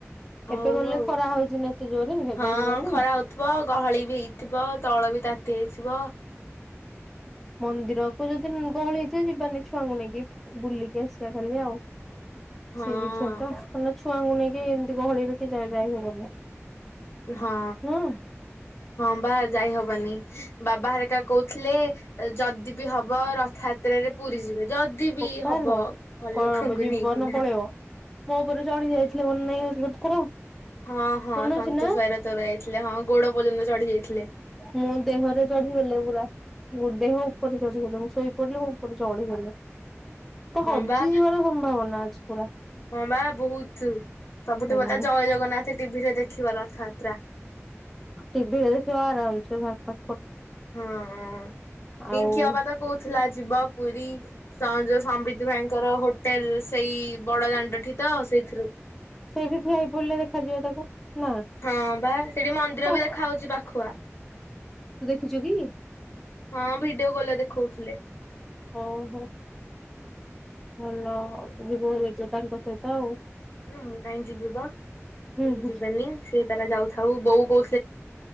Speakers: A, on the left; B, in the centre.
A: ହଉ
B: ଏବେ ଗଲେ
A: ହଉ
B: ଖରା ହଉଛି ନା ଏତେ ଜୋରେ ଏବେ
A: ହଁ
B: ଯିବାନି
A: ଖରା ହଉଥିବ ଗହଳି ବି ହେଇଥିବ ତଳ ବି ତା ତି <inaudible> ଇଥିବା
B: ମନ୍ଦିରକୁ ଯଦି ଗହଳି ହେଇଥିବ ଯିବାନି ଛୁଆଙ୍କୁ ନେଇକି ବୁଲିକି ଆସିବା ଖାଲି ଆଉ।
A: ହଁ
B: ସି ବିଚ ତ <inaudible> ଛୁଆଙ୍କୁ ନେଇକି ଏମିତି ଗହଳିରେତ ଯାଇ ବା ହି ହବନି।
A: ହଁ
B: ନୁହଁ
A: ହଁ ବା ଯାଇ ହବାନି ବା ବା ହରିକା କହୁଥିଲେ ଯଦି ବିି ହବ ରଥଯାତ୍ରରେ ପୁରୀ ଯିବେ। ଯଦି ବି
B: ବୋପାଲୋ
A: ହବ ଘର
B: କଣ
A: ଲୋକଙ୍କୁ
B: ଜୀବନ
A: ନେଇକିନା
B: ପଳେଇବ ମୋ ଉପରେ ଚଢି ଯାଇଥିଲେ ମନେ ନାଇଁ ଗୋଟେ ଥର।
A: ହଁ ହଁ
B: ମନେ
A: ସନ୍ତୋଷ
B: ଅଛି ନା
A: ଭାଇର ତୋର ଯାଇଥିଲେ ହଁ ଗୋଡ ପର୍ଯ୍ୟନ୍ତ ଚଢିଯାଇଥିଲେ।
B: ମୁଁ ଦେହରେ ଚଢିଗଲେ ପୁରା ମୋ ଦେହ ଉପରେ ଚଢିଗଲେ ମୁଁ ଶୋଇପଡିଲି ମୁଁ ଉପରେ ଚଢିଗଲେ। ତ
A: ହଁ
B: ହଜିଯିବାର
A: ବା
B: ସମ୍ଭାବନା ଅଛି। ପୁରା ।
A: ହଁ ବା ବହୁତ ସବୁଠୁ
B: ହୁଁ
A: ଭଲ ଜୟ ଜଗନ୍ନାଥ ଟିଭିରେ ଦେଖ ଖିବ ରଥଯାତ୍ରା।
B: ଟିଭିିରେ ଦେଖିବ ଆରାମସେ ଭ
A: ହଁ ପିଙ୍କି
B: ଆଉ
A: ଅପା ତ କହୁଥିଲା ଯିବ ପୁରୀ ଯୋଉ ସମ୍ୱିତ ଭାଇଙ୍କର ହୋ ଟେଲ୍ ସେଇ ବଡ଼ ଦା ସେଠି ତ ସେଇଥିରୁ
B: ସେଇଠି ଠିଆ ହେଇପଡିଲେ ଦେଖାଯିବ ତାକୁ। ନା।
A: ହଁ ବା ସେଠି ମନ୍ଦିର
B: ତୁ
A: ବି ଦେଖା ହଉଛି ପାଖୁଆ।
B: ଦେଖିଛୁ କି?
A: ହଁ ଭିଡିଓ କଲରେ ଦେଖଉଥିଲେ।
B: ଓହୋ ଭଲ ଜିବୁବାହାରି ଏଜ ତାଙ୍କ ସହିତ ଆଉ।
A: ହୁଁ ମୁଁ କାହିଁ ଯିବିବ କି
B: ହୁଁ ହୁଁ।
A: ଯିବେନି ସିଏ ତାର ଯାଉଥା ହଉ ବୋଉ କହୁ